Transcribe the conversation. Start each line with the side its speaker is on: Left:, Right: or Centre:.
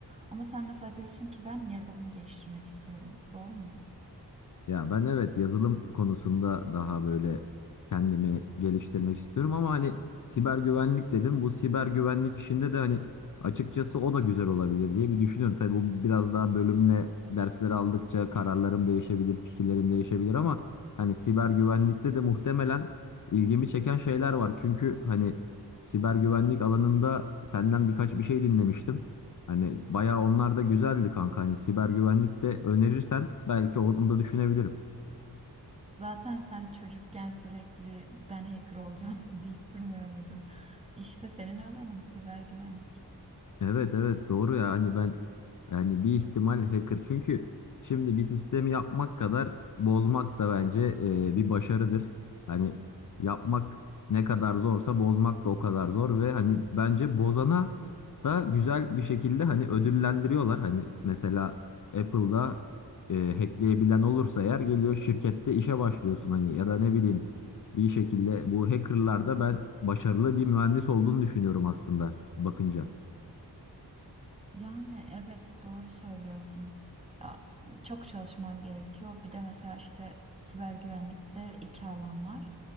Right: Ama sen mesela diyorsun ki ben yazılım geliştirmek istiyorum. Doğru mu?
Left: Ya ben evet yazılım konusunda daha böyle kendimi geliştirmek istiyorum ama hani siber güvenlik dedim. Bu siber güvenlik işinde de hani açıkçası o da güzel olabilir diye bir düşünüyorum. Tabii bu biraz daha bölümle dersleri aldıkça kararlarım değişebilir, fikirlerim değişebilir ama hani siber güvenlikte de muhtemelen ilgimi çeken şeyler var. Çünkü hani siber güvenlik alanında senden birkaç bir şey dinlemiştim. Hani bayağı onlar da güzeldi kanka. Hani siber güvenlik de önerirsen belki onu da düşünebilirim.
Right: Zaten sen çocukken sürekli ben hacker olacağım <laughs> deyip durmuyor muydun? İşte senin alanın siber güvenlik.
Left: Evet evet doğru ya hani ben yani bir ihtimal hacker çünkü şimdi bir sistemi yapmak kadar bozmak da bence e, bir başarıdır. Hani yapmak ne kadar zorsa bozmak da o kadar zor ve hani bence bozana da güzel bir şekilde hani ödüllendiriyorlar. Hani mesela Apple'da e, hackleyebilen olursa eğer geliyor şirkette işe başlıyorsun hani ya da ne bileyim bir şekilde bu hackerlarda ben başarılı bir mühendis olduğunu düşünüyorum aslında bakınca.
Right: Yani evet doğru söylüyorsun. Ya, çok çalışman gerekiyor. Bir de mesela işte siber güvenlikte iki alan var.